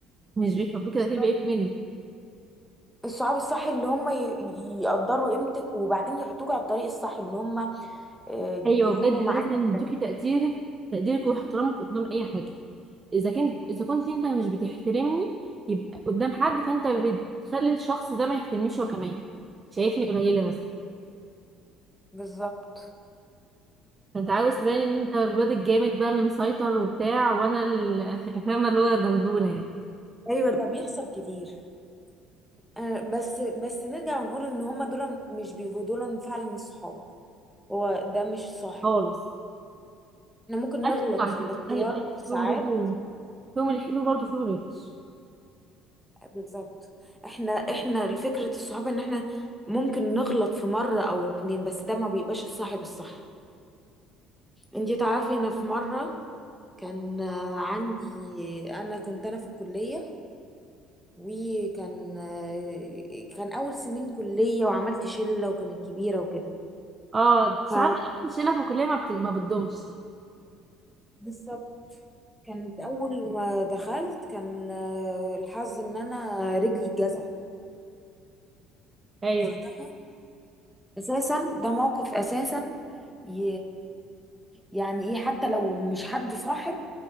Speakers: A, on the right; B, in the centre.
A: مش بيحبوك كده
B: بالظبط
A: كده بيقولوا منك
B: الصحاب الصح اللي هم ي- يقدروا قيمتك وبعدين يحطوك على الطريق الصح ان هم آه،
A: ايوه
B: يكونوا
A: بجد
B: معاك
A: لازم
B: على-
A: يدوكي تقديرك تقديرك واحترامك قدام اي حد اذا كنت اذا كنت انت مش بتحترمني يبقى قدام حد فانت بتخلي الشخص ده ما يحترمنيش هو كمان شايفني قليله بس
B: بالظبط
A: انت عاوز تبان ان انت الواد الجامد بقى اللي مسيطر وبتاع وانا ال- <laughs> فاهمه اللي هو دلدوله يعني
B: ايوه ده بيحصل كتير آه، بس بس نرجع ونقول ان هما دول مش بيبقوا دول فعلا الصحاب هو ده مش صاحب
A: خالص
B: احنا ممكن
A: انا
B: نغلط
A: برضه على
B: في
A: فكره
B: الاختيار
A: انا اللي بجد
B: ساعات
A: فيهم برضه فيهم الحلو برضه فيهم الوحش
B: بالظبط احنا احنا فكرة الصحابة ان احنا ممكن نغلط في مرة او اتنين بس ده ما بيبقاش الصاحب الصح انتي تعرفي انا في مرة كان آه، عندي انا كنت انا في الكلية وكان آه، كان اول سنين كلية وعملت شلة وكانت كبيرة وكده
A: اه ساعات
B: ف
A: الشله في الكليه ما, بت... ما بتدومش يعني.
B: بالظبط كانت اول ما دخلت كان آه، الحظ ان انا رجلي اتجزعت
A: ايوه
B: فده اساسا ده موقف اساسا ي... يعني ايه حتى لو مش حد صاحب